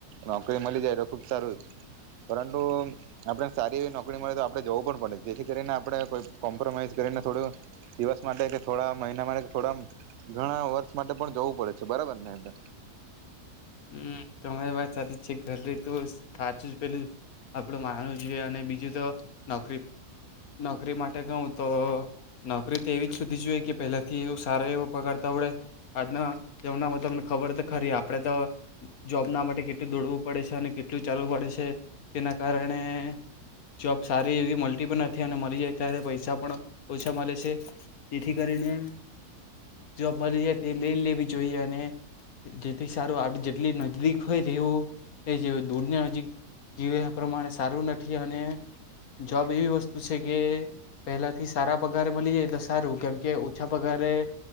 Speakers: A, on the right; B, on the left.
A: નોકરી મળી જાય તો ખૂબ સારું, પરંતુ આપણે સારી એવી નોકરી તો આપડે જવું પણ પડે, જેથી કરીને આપણે કો કોમ્પ્રોમાઈઝ કરીને થોડું દિવસ માટે કે થોડા મહિના માટે કે થોડા ઘણા વર્ષ માટે પણ જવું પડે છે બરાબર ને એતો
B: હમ્મ, તમારી વાત સાચી જ છે, ઘર તો સાચું જ પેલું આપડું માનવું જોઈએ અને બીજું તો નોકરી નોકરી માટે કહું તો નોકરી તો એવી જ સુધી જોઈએ કે પહેલાથી એવ સારો એવો પગાર તા હોડે <unintelligible> આજના જમનામાં તમને ખબર ખરી આપડે તો જોબના માટે કેટલું દોડવું પડે છે અને કેટલું ચાલવું પડે છે તેના કારણે જોબ સારી એવી મલતી પણ નથી અને મલી જાય ત્યારે પૈસા પણ ઓછા મલે છે, જેથી કરીને જોબ મલી જાય તે લઈજ લેવી જોઈએ અને જેથી સારું જેટલી નજીદીક હોય તેવું ને જેવો દૂરની નજીક જીવે પ્રમાણે સારું નથી અને જોબ એવી વસ્તુ છે કે પહેલાંથી સારા પગારે મળી જાય તો સારું કેમકે ઓછા પગારે